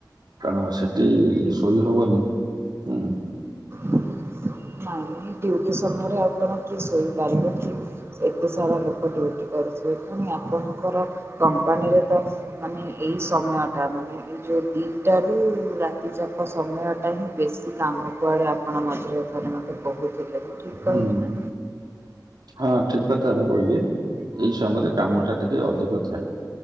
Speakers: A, on the right; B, on the right.
A: କାରଣ ସେଠି ସୋଇ ହବନି ହୁଁ।
B: ନାଇଁ ନାଇଁ ଡିଉଟି ସମୟରେ ଆଉ କଣ କିଏ ଶୋଇପାରିବ କି? ଏତେ ସାରା ଲୋକ ଡ୍ୟୁଟି କରୁଥିବେ ପୁଣି ଆପଣଙ୍କର କମ୍ପାନୀରେ ତ ମାନେ ଏଇ ସମୟଟା ମାନେ ଏଇ ଯଉ ଦି ଟାରୁ ରାତିଚାପ ସମୟଟା ହିଁ ବେଶୀ କାମ କୁଆଡ଼େ ଆପଣ ମଝିରେ ଥରେ କହୁଥିଲେ ମୁଁ ଠିକ୍
A: ହୁଁ
B: କହିଲି ନା?
A: ହଁ ଠିକ କଥା ମୁଁ କହିଲି ଏଇ ସମୟରେ କାମଟା ଟିକେ ଅଧିକ ଥାଏ।